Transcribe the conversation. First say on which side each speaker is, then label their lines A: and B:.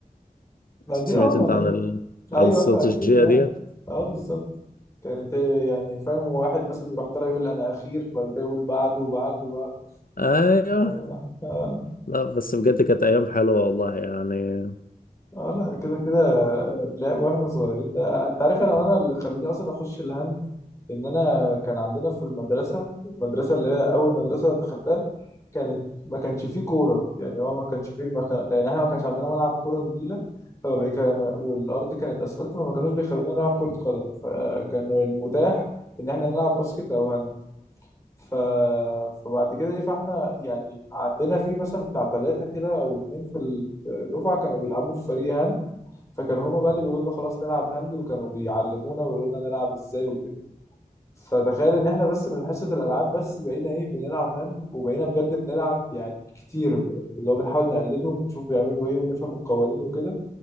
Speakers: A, on the left; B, on the left.
A: ما
B: سمعت
A: دي اه ما...
B: انت عن ال... عن
A: ايوه
B: الاستراتيجيه
A: ايوه اكيد اه
B: ديت
A: اه بالظبط كانت هي يعني فاهم واحد مثلا يروح طالع يقول انا اخير بعد كده يقول بعده وبعده وبعده
B: ايوه
A: و- <laughs> اه
B: لا بس بجد كانت ايام حلوه والله يعني
A: آه، لا كده كده لعب واحنا صغيرين ده انت عارف انا وانا اللي خلاني اصلا اخش الهند ان انا كان عندنا في المدرسه المدرسه اللي هي اول مدرسه دخلتها كانت ما كانش فيه كوره يعني هو ما كانش فيه ما كان يعني احنا ما كانش عندنا ملعب كوره نجيله فما بيك- والارض كانت اسفلت فما كانوش بيخلونا نلعب كره قدم فكان المتاح ان احنا نلعب باسكت او هاند ف... فبعد كده ايه فاحنا يعني عندنا في مثلا بتاع ثلاثة كده او اتنين في الدفعة كانوا بيلعبوا في فريق هاند فكانوا هما بقى اللي بيقولوا لنا خلاص نلعب هاند وكانوا بيعلمونا ويقولوا لنا نلعب ازاي وكده فتخيل ان احنا بس من حصة الالعاب بس بقينا ايه بنلعب هاند وبقينا بجد بنلعب يعني كتير ب- اللي هو بنحاول نقلدهم ونشوف بيعملوا ايه ونفهم القوانين وكده